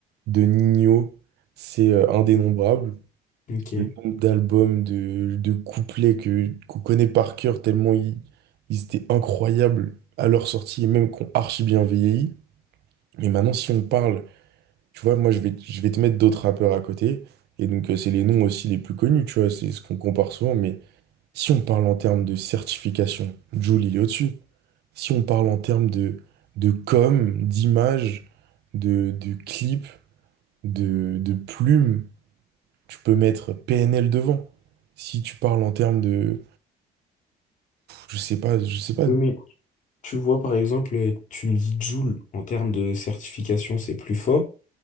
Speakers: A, on the right; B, on the left.
A: de Nino, c'est euh, indénombrable.
B: ok.
A: Le nombre d'albums, de, de couplets que, qu'on connaît par cœur, tellement ils, ils étaient incroyables à leur sortie et même qu'on archi bien vieilli. Mais maintenant, si on parle tu vois, moi, je vais, je vais te mettre d'autres rappeurs à côté. Et donc, euh, c'est les noms aussi les plus connus, tu vois, c'est ce qu'on compare souvent. Mais si on parle en termes de certification, Jul, il est au-dessus. Si on parle en termes de, de com, d'image, de, de clip, de, de plume, tu peux mettre PNL devant. Si tu parles en termes de... Je sais pas, je sais pas.
B: Oui, mais tu vois, par exemple, tu me dis Joule, en termes de certification, c'est plus fort.